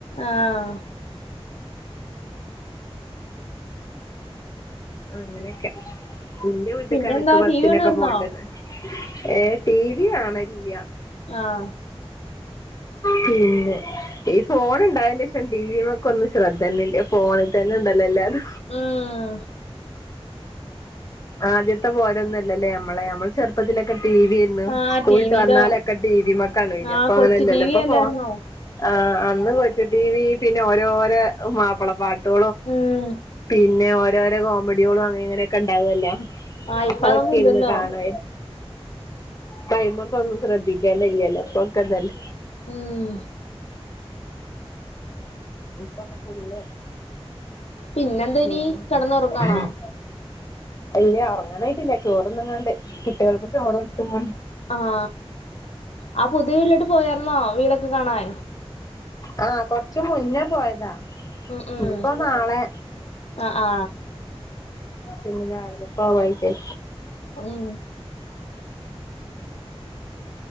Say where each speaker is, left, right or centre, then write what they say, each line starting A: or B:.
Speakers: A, on the left; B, on the left.
A: ആഹ്
B: അങ്ങനെയൊക്കെ ഇന്റെ വിട്ട്കാണ്
A: പിന്നെന്താ
B: എക്ക് ബസ്സിനൊക്കെ
A: ടി വി കാണുവായിരുന്നോ
B: പോവണ്ടത് ഏഹ് ടി വി കാണല്ല്ല
A: ആഹ്
B: പിന്നെ ഈ ഫോൺ ഉണ്ടായന്റെ ശക്ഷം ടി വിക്കെ ഒും ശ്രദ്ധ തന്ന ഇല്ല ഫോണിൽ തന്നെ ഉണ്ടല്ലോ എല്ലാരരും
A: ഉം
B: ആദ്യത്തെ പോരൊന്നുമല്ലല്ലേ നമ്മളെ നമ്മൾ ചെറുപ്പത്തിലൊക്കെ ടി വി ന്ന
A: ആഹ്
B: സ്കൂളിട്ട്
A: ടിവിയില്
B: വന്നാലൊക്കെ ടി വി മക്കാണ് വര
A: ആഹ്
B: അപ്പൊ
A: കൊച്ചു
B: അങ്ങനെല്ലല്ലോ
A: ടി
B: ഇപ്പൊ
A: വി അല്ലായിരുന്നോ
B: ഫോ ആഹ്അന്ന് കൊച്ച ടിവി പിന്നെ ഓരോരോ മാപ്പിളപ്പാട്ട്
A: ഉം
B: പിന്നെ ഓരോരോ കോമഡികളും അങ്ങനെ ഇങ്ങനെയൊക്കെ ഉണ്ടാവല്ല
A: ആഹ് ഇപ്പ
B: അതൊക്കെ
A: അതൊന്നും ഇല്ലല്ലോ
B: ഇന്ന് കാണയ് കൈ്മക്ക ഒന്നും ശ്രദ്ധിക്കല ഇല്ലല്ല പക്കതല്ല
A: ഉം
B: ഉപ്പൊക്കെ ഫുള്ള
A: പിന്നെന്തേനി
B: <unintelligible>
A: കെടന്നുറങ്ങാണോ
B: ഇല്ല ഉറങ്ങാനായിട്ടില്ല, ചോറൊന്നുങ്ങാണ്ട്, കുട്ടികൾക്ക് ചോറ് കൊടുത്തും
A: ആഹ് ആ പുതിയ വീട്ടിലോട്ട് പോയരുന്നോ വീടൊക്കെ കാണാൻ?
B: ആഹ് കുറച്ചു മുന്നേ പോയതാ
A: ഉം ഉം
B: ഇനിപ്പൊ നാളെ
A: ആ ആ
B: പിന്നെ രാവിലെ പോവാനില്ലേ
A: ഉം